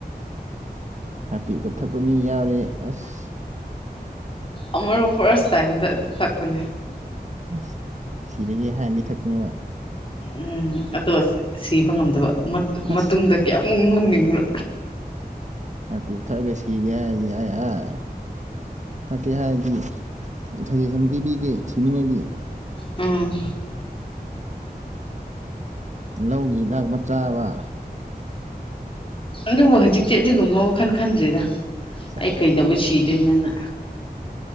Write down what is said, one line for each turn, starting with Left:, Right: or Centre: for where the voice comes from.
Right: ꯍꯥꯄꯤꯞꯀ ꯊꯛꯄ ꯃꯤ ꯌꯥꯎꯔꯦ ꯑꯁ
Left: ꯑꯃꯔꯛ ꯐꯥꯔꯁ ꯇꯥꯏꯝꯗ ꯑꯗꯨ ꯊꯛꯄꯅꯦ
Right: ꯑꯁ ꯁꯤꯔꯒꯦ ꯍꯥꯏꯅꯗꯤ ꯊꯛꯄꯅꯦꯕ
Left: ꯎ ꯎꯝ ꯑꯗꯣ ꯁꯤꯕ ꯉꯝꯗꯕ
Right: ꯑꯁ
Left: ꯃꯇꯨꯡꯗ ꯀꯌꯥꯝ <unintelligible> ꯅꯣꯛꯅꯤꯡꯕ꯭ꯔ
Right: ꯍꯔꯄꯤꯛ ꯊꯛꯑꯒ ꯁꯤꯒꯦ ꯍꯥꯏꯔꯗꯤ ꯌꯥꯢ ꯌꯥꯏ ꯊꯛꯀꯦ ꯍꯥꯏꯔꯗꯤ ꯁꯖꯦꯁꯟ ꯄꯤꯕꯤꯒꯦ ꯁꯤꯅꯤꯡꯉꯗꯤ
Left: ꯎꯝ
Right: ꯂꯧꯒꯤ ꯍꯤꯗꯥꯛ ꯃꯆꯥꯥꯕ
Left: ꯑꯗꯨꯕꯨ ꯍꯧꯖꯤꯛꯇꯤ ꯑꯗꯨꯒꯨꯝꯕ ꯋꯥꯈꯜ ꯈꯟꯗ꯭ꯔꯦꯗ
Right: ꯁꯦꯁ
Left: ꯑꯩ ꯀꯩꯗꯧꯕꯩ ꯁꯤꯗꯣꯏꯅꯣꯅ